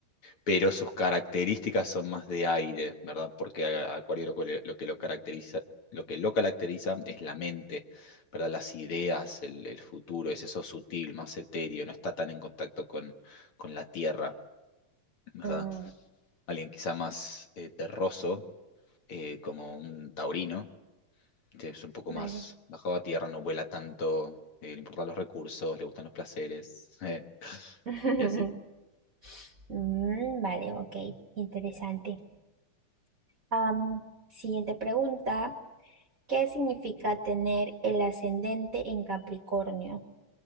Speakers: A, on the left (about 50°); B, on the right (about 35°).
A: pero sus características son más de aire, ¿verdad? Porque a- a Acuario lo, que le- lo que lo caracteriza, lo que lo caracteriza es la mente, ¿verdad? Las ideas, el, el futuro, es eso sutil, más etéreo, no está tan en contacto con, con la tierra. ¿verdad?
B: Mm,
A: alguien quizá más eh, terroso, eh, como un taurino, que es un poco
B: vale.
A: más bajado a tierra, no vuela tanto, eh, le importan los recursos, le gustan los placeres, <laughs> eh,
B: <laughs>
A: y así.
B: Mm, vale, ok, interesante. Am, siguiente pregunta. ¿Qué significa tener el ascendente en Capricornio?